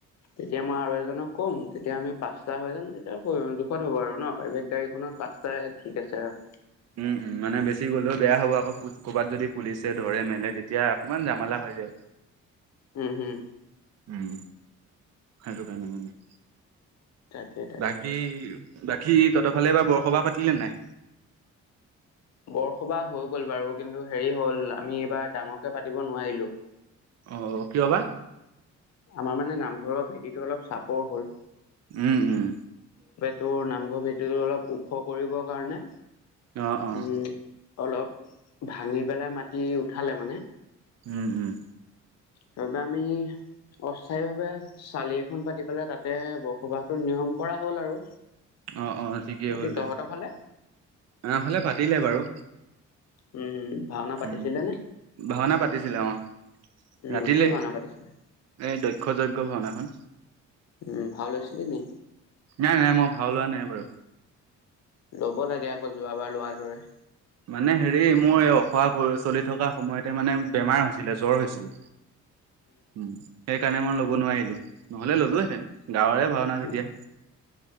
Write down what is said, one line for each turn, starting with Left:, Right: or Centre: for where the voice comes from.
Left: তেতিয়া মই আৰু এজনক ক'ম, তেতিয়া আমি পাঁচটা হৈ যাম। তেতিয়া জোখত হ'ব আৰু ন প্ৰাইভেট গাড়ীখনত পাঁচটাই ঠিক আছে আৰু
Right: উম, উম মানে বেছি গ'লেও বেয়া হ'ব। আকৌ ক'ৰবাত যদি পুলিচে ধৰে মেলে তেতিয়া অকণমান জামেলা হৈ যায়।
Left: হুম, হুম।
Right: উম, সেইটো কাৰণে মানে।
Left: তাকে, তাকে।
Right: বাকী বাকী ততফালে এইবাৰ বৰসবাহ পাতিলে নাই?
Left: বৰসবাহ হৈ গ'ল বাৰু। কিন্তু হেৰি হ'ল আমি এইবাৰ ডাঙৰকে পাতিব নোৱাৰিলোঁ।
Right: অ কিয় বা?
Left: আমাৰ মানে নামঘৰৰ ভেটিটো অলপ চাপৰ হ'ল।
Right: উম, উম।
Left: ত নামঘৰ ভেঁটিটো অলপ ওখ কৰিবৰ কাৰণে,
Right: অ', অ',
Left: উম অলপ ভাঙি পেলাই মাটি উঠালে মানে।
Right: উম, উম।
Left: তাপা আমি। অস্থায়ী ভাৱে চালি এখন পাতি পেলাই তাতে বসবাসটোৰ নিয়ম কৰা হ'ল আৰু।
Right: অ অ ঠিকেই
Left: বাকী
Right: হ'ল
Left: তহঁতৰ
Right: দে
Left: ফালে
Right: আমা ফালে পাতিলে বাৰু।
Left: উম হুম। ভাওনা পাতিছিলে
Right: উম,
Left: নে
Right: ভাওনা পাতিছিলে অ'
Left: উম
Right: ৰাতিলে।
Left: কি ভাওনা পাতিছিলে।
Right: এই দক্ষ যজ্ঞ ভাওনাখন।
Left: উম ভাও লৈছিলি নি
Right: নাই নাই মই ভাও লোৱা নাই বাৰু।
Left: ল'ব লাগে আকৌ যোৱাবাৰ লোৱাৰ দৰে।
Right: মানে হেৰি মোৰ এই অখৰা চলি থকা সময়তে মানে বেমাৰ হৈছিলে জ্বৰ হৈছিলে। উম সেইকাৰণে মই ল'ব নোৱাৰিলো নহ'লে ললোহেতেন। গাঁৱৰে ভাওনা যেতিয়া
Left: উম